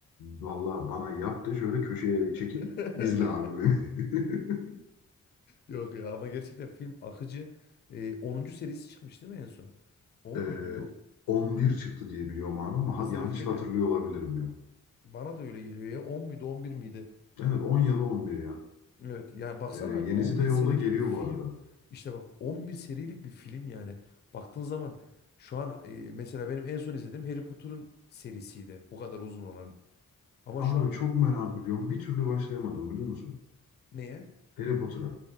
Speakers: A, on the left (about 80°); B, on the left (about 30°).
A: Vallahi bana yap de şöyle köşeye bir çekil.
B: <laughs>
A: izle abi beni. <laughs>
B: Yok ya ama gerçekten film akıcı. Eee 10. serisi çıkmış değil mi en son? 10
A: Ee,
B: muydu? Yok.
A: 11 çıktı diye biliyorum abi ama
B: Hızlı
A: ha- yanlış
B: ve Öfkeli
A: da hatırlıyor olabilirim ya.
B: bana da öyle geliyor ya. 10 muydu 11 miydi?
A: Evet 10 ya da 11 ya.
B: Evet yani baksana
A: Ee, yenisi
B: 11
A: de yolda
B: serilik
A: geliyor
B: bir film.
A: bu arada.
B: İşte bak 11 serilik bir film yani. Baktığın zaman şu an e, mesela benim en son izlediğim Harry Potter'ın serisiydi. Bu kadar uzun olan. Ama
A: Abi
B: şu an
A: çok merak ediyorum. Bir türlü başlayamadım biliyor musun?
B: neye?
A: Harry Potter'a.